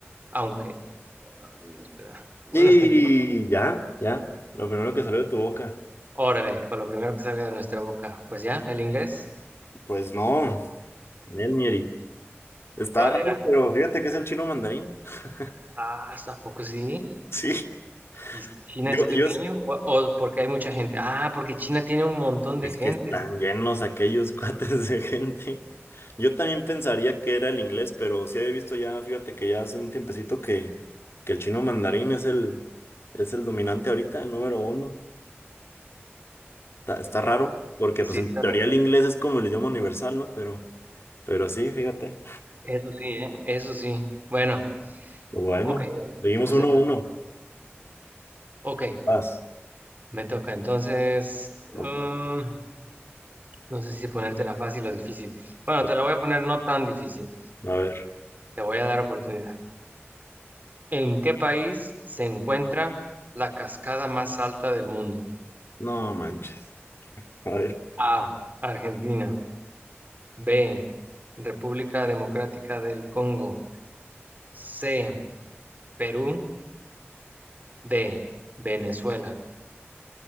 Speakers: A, on the right; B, on the left.
A: aunque... Ay, no, espera. Bueno,
B: Y
A: es que...
B: ya, ya, lo primero que salió de tu boca.
A: Órale, para lo primero que salga de nuestra boca. Pues ya, el inglés.
B: Pues no, Nel, mi Eric. Está
A: ¿Cuál
B: raro,
A: era?
B: pero fíjate que es el chino mandarín. <laughs>
A: Ah, ¿a poco sí?
B: Sí.
A: ¿Y China
B: Yo,
A: es pequeño?
B: yo,
A: ¿O, o porque hay mucha gente? Ah, porque China tiene un montón de
B: es
A: gente.
B: que están llenos aquellos <laughs> cuates de gente. Yo también pensaría que era el inglés, pero sí había visto ya, fíjate que ya hace un tiempecito que, que el chino mandarín es el, es el dominante ahorita, el número uno. Está, está
A: Wow.
B: raro, porque
A: Sí,
B: pues en
A: está
B: teoría
A: raro.
B: el inglés es como el idioma universal, ¿no? Pero, pero sí, fíjate.
A: Eso sí, ¿eh? Eso sí. Bueno,
B: Pues bueno,
A: ok.
B: seguimos
A: Pues,
B: uno
A: entonces-
B: a uno.
A: ok,
B: Vas.
A: me toca. Entonces, mm,
B: Ok.
A: No sé si ponértela fácil o difícil. Bueno,
B: pues,
A: te la voy a poner no tan difícil.
B: A ver.
A: Te voy a dar oportunidad. ¿En qué país se encuentra la cascada más alta del mundo?
B: No manches. A ver.
A: A. Argentina. B. República Democrática del Congo. C. Perú. D. Venezuela.